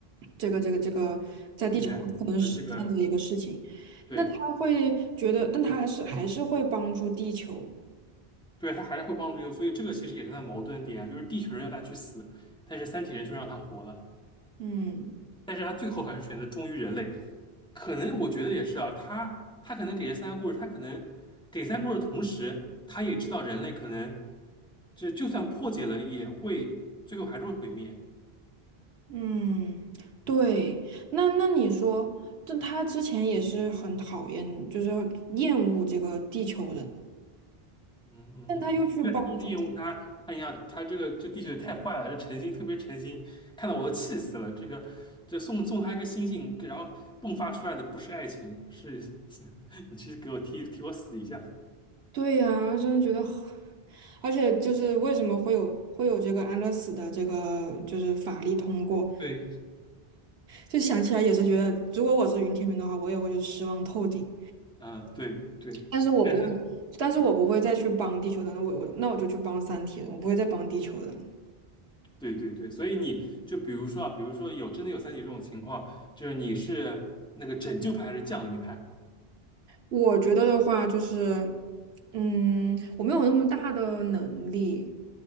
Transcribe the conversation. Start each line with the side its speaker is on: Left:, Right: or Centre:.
Right: 这个这个这个在地球上不可能实现的一个事情。
Centre: 意愿，呃，这个对
Right: 那他会觉得，但他还是还是会帮助地球，
Centre: 对，他还是会帮助地球，所以这个其实也是他的矛盾点啊，就是地球人要他去死，但是三体人却让他活了，
Right: 嗯。
Centre: 但是他最后还是选择忠于人类，可能我觉得也是啊，他他可能给这三个故事，他可能给三个故事的同时，他也知道人类可能就就算破解了，也会最后还是会毁灭。
Right: 嗯，对，那那你说，这他之前也是很讨厌，就是厌恶这个地球人，
Centre: 嗯嗯嗯嗯，
Right: 但他又去帮助他
Centre: 对，就是厌恶他，他一样，他这个这地球也太坏了，这诚心特别诚心，看到我都气死了。这个这送送他一个星星，然后迸发出来的不是爱情，是 <laughs> 你去给我替替我死一下。
Right: 对呀，真的觉得很而且就是为什么会有会有这个安乐死的这个就是法律通过，
Centre: 对，
Right: 就想起来也是觉得，如果我是云天明的话，我也会就失望透顶，
Centre: 嗯、对对，
Right: 但是我不会，
Centre: 但是他。
Right: 但是我不会再去帮地球人了，我我那我就去帮三体人，我不会再帮地球人了。
Centre: 对对对，所以你就比如说啊，比如说有真的有三体这种情况，就是你是那个拯救派还是降临派？
Right: 我觉得的话就是，嗯，我没有那么大的能力，